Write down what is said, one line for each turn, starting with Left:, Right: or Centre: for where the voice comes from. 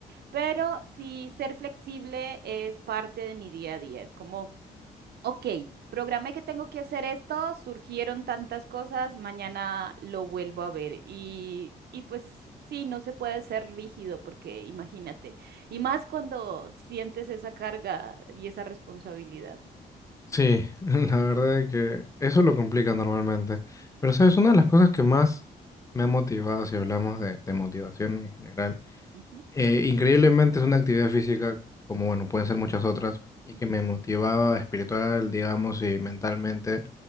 Right: pero sí ser flexible es parte de mi día a día. Es como Ok, programé que tengo que hacer esto, surgieron tantas cosas, mañana lo vuelvo a ver. Y, y pues sí, no se puede ser rígido porque imagínate, y más cuando sientes esa carga y esa responsabilidad.
Left: Sí, <laughs> la verdad es que eso lo complica normalmente. Pero sabes, una de las cosas que más me ha motivado, si hablamos de, de motivación en general,
Right: Ujú,
Left: Eh, increíblemente es una actividad física, como bueno, pueden ser muchas otras, y
Right: ujú,
Left: que me motivaba espiritual, digamos, y mentalmente,